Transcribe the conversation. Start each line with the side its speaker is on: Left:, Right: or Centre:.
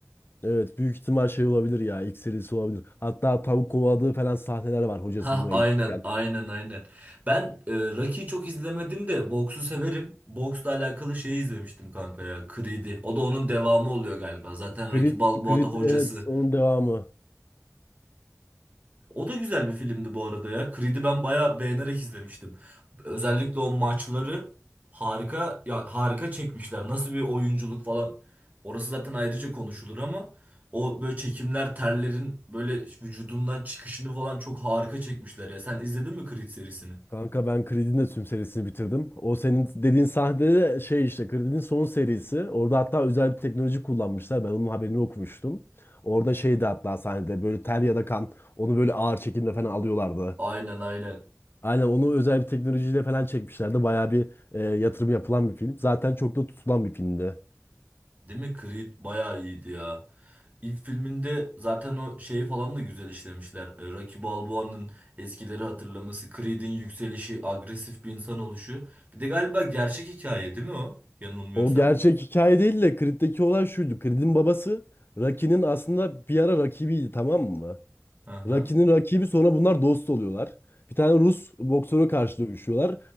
Left: Evet büyük ihtimal şey olabilir ya ilk serisi olabilir. Hatta tavuk kovaladığı falan sahneler var hocası
Right: Ha
Left: bunu
Right: aynen
Left: eğitirken.
Right: aynen aynen. Ben e, Rocky'yi çok izlemedim de boksu severim. Boksla alakalı şeyi izlemiştim kanka ya. Creed'i. O da onun devamı oluyor galiba. Zaten
Left: Creed,
Right: Rocky Balboa
Left: Creed
Right: da hocası.
Left: evet onun devamı.
Right: O da güzel bir filmdi bu arada ya. Creed'i ben bayağı beğenerek izlemiştim. Özellikle o maçları harika ya harika çekmişler. Nasıl bir oyunculuk falan. Orası zaten ayrıca konuşulur ama o böyle çekimler terlerin böyle vücudumdan çıkışını falan çok harika çekmişler ya. Sen izledin mi Creed serisini?
Left: Kanka ben Creed'in de tüm serisini bitirdim. O senin dediğin sahnede de şey işte Creed'in son serisi. Orada hatta özel bir teknoloji kullanmışlar. Ben onun haberini okumuştum. Orada şeydi hatta sahnede böyle ter ya da kan onu böyle ağır çekimle falan alıyorlardı.
Right: Aynen aynen.
Left: Aynen onu özel bir teknolojiyle falan çekmişlerdi. Bayağı bir e, yatırım yapılan bir film. Zaten çok da tutulan bir filmdi.
Right: Değil mi? Creed bayağı iyiydi ya. İlk filminde zaten o şeyi falan da güzel işlemişler. E, Rocky Balboa'nın eskileri hatırlaması, Creed'in yükselişi, agresif bir insan oluşu. Bir de galiba gerçek hikaye değil mi o? Yanılmıyorsam.
Left: O gerçek hikaye değil de Creed'deki olay şuydu. Creed'in babası Rocky'nin aslında bir ara rakibiydi tamam mı?
Right: Hı hı.
Left: Rocky'nin rakibi sonra bunlar dost oluyorlar. Bir tane Rus boksöre karşı dövüşüyorlar.